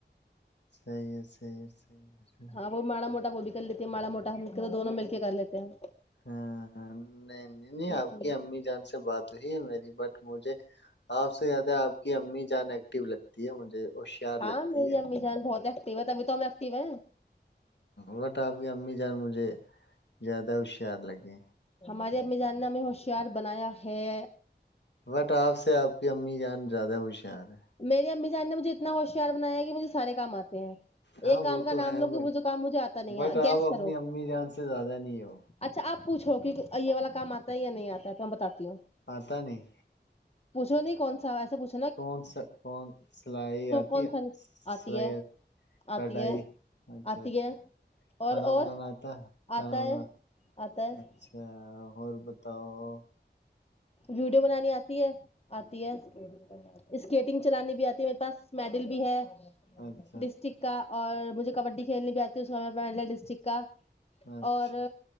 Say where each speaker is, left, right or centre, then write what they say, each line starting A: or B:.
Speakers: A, on the left; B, on the left.
A: صحیح ہے صحیح ہے صحیح ہے صحیح ہے
B: ہاں وہ مڑا موٹا ب بھی کر لیتی ہے مڑا موٹا ہم تو دونوں مل کے کر لیتے ہیں ہم
A: ہاں ہاں نہیں نہیں نہیں آپ
B: جی
A: کی امی جان سے بات ہوئی ہے میری بٹ مجھے آپ سے زیادہ آپ کی امی جان ایکٹیو لگتی ہے مجھے ہوشیار
B: ہاں
A: لگتی
B: میری
A: ہے
B: امی جان بہت ہے تبھی تو ہم ایکٹیو
A: وٹ آپ کی امی جان مجھے زیادہ ہوشیار لگے
B: ہمارے امی جان نے ہمیں ہوشیار بنایا ہے
A: بٹ آپ سے آپ کی امی جان زیادہ ہوشیار ہے
B: میرے امی جان مجھےاتنا ہوشیار بنایا کہ مجھے سارے کام آتے ہیں
A: ہاں
B: ایک کام
A: وہ
B: کا
A: تو
B: نام
A: ہے
B: لو
A: بٹ
B: کہ وہ کام مجھے آتا نہیں
A: بٹ
B: ہے
A: آپ
B: گیس کرو
A: اپنی امی جان سے زیادہ نہیں ہو
B: اچھا آپ پوچھو کہ یہ والا کام آتا ہے یا نہیں آتا ہے تو ہم بتاتے
A: آتا نہیں
B: پوچھو نہیں کون سا ویسا پوچھ
A: کون سا کون سلائی آتی
B: کون
A: ہے
B: سا نہیں، آتی
A: سلائی
B: ہے
A: کڑھائی
B: آتی ہے
A: اچھا
B: آتی
A: اچھا
B: ہے
A: کھانا
B: اور اور
A: بنانا آتا ہے کھانا
B: آتا
A: وانا
B: ہے آتا ہے
A: اچھا اوربتا تو
B: ویڈیو بنانی آتی ہے آتی ہے اسکیٹنگ چلانی بھی آتی میرے پاس میڈل بھی ہے
A: اچھا
B: ڈسٹک
A: اچھا
B: کا اور مجھے کبڈی کھیل بھی آتی ہے اس میں ملے ڈسٹک کا
A: اچھا
B: اور